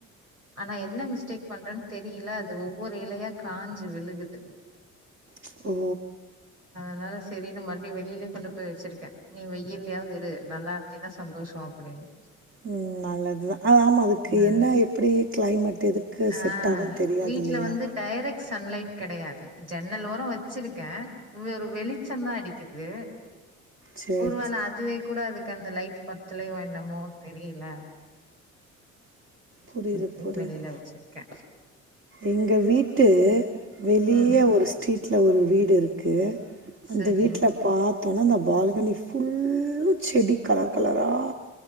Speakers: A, on the right; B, on the right.
A: ஆனா என்ன மிஸ்டேக் பண்றேன் தெரியில அது ஒவ்வொரு இலையா காஞ்சு விழு குது
B: ச் ஓ
A: அதனால சேரினு மறுடி வெளிலே கொண்டு போய் வச்சிருக்கே நீ வை ல்லேயாவது இரு நல்லா இருந்தே ந்தா சந்தோஷோ அப்டின்னு
B: உ நல்லதுதா ஆமா அதுக்கு
A: அ
B: என்ன எப்டி கிளைமேட் எதுக்கு
A: ஆ
B: செட் ஆகன்னு தெரியாதில்லயா
A: வீட்ல வந்து டைரக்ட் சன்லைட் கெடையாது ஜன்னல் ஓரோ வச்சிருக்கே வ ஒரு வெளிச்சந்தா அடிக்குது
B: சேரி
A: ஆனா அதுவே கூட அதுக்க அந்த லைட் பத்துலயோ என்னமோ தெரியில
B: புரியுது
A: அப்டியு
B: புரியுது
A: வெளில வச்சிருக்கே
B: எங்க வீட்டு வெளிய
A: ம்
B: ஒரு ஸ்ட்ரீட் வீட்ல ஒரு வீடு இருக் அந்த
A: சரி
B: வீட்ல பாத் த்தல அந்த பால்கனி ஃபுல்லு செடி கலர் கலரா